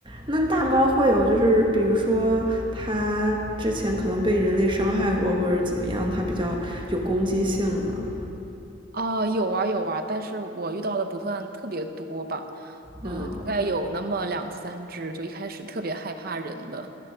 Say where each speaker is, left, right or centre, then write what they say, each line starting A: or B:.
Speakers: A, on the right; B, on the right.
A: 那大猫会有就是，比如说它之前可能被人类伤害过，或者怎么样，它比较有攻击性呢？
B: 哦，有啊有啊，但是我遇到的不算特别多吧。呃，
A: 哦
B: 大概有那么两三只，就一开始特别害怕人的，